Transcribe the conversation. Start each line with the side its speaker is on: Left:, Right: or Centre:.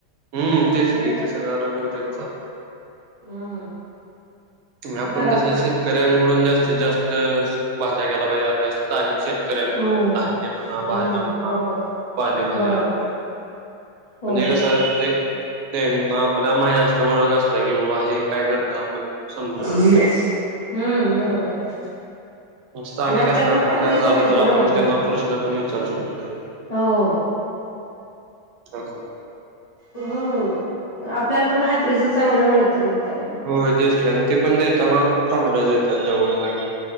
Right: हम्म तेच
Left: सगळं
Right: क
Left: त्यात
Right: ज
Left: मेल
Right: सगळा रंग त्यांचा
Left: हम्म
Right: आपण
Left: घरातलंच
Right: स
Left: खायचं.
Right: करा डून जास्तीत जास्त भाष्या घ्याला पाहिजे आपल्या स्थानिकेत शकऱ्यांकडून
Left: हो
Right: धान्य म्हणा
Left: हम्म
Right: भाज्या म्हणा
Left: बरोबर
Right: पाली भाज्या
Left: बरोबर होय
Right: म्हणजे का सर त्यांना आपल्या माज असते ओळख असत की बाबा हे काय करत आपण समजू शकतो.
Left: हम्म बरोबर आहे.
Right: स्थानिक
Left: आणि आपल्याला
Right: असल्यामुळे
Left: पण खात्रीच
Right: काय झालं
Left: मिळत
Right: तर आपण
Left: ना म
Right: त्यांना प्रश्न पण विचारू शकतोय
Left: हो. <unintelligible>
Right: हा हा.
Left: हम्म आपल्याला पण खात्रीच चांगलं मिळतं मग त्यामु
Right: होजेस क आणि ते पण देताना चांगलंच देतात जवळ काय म्हण.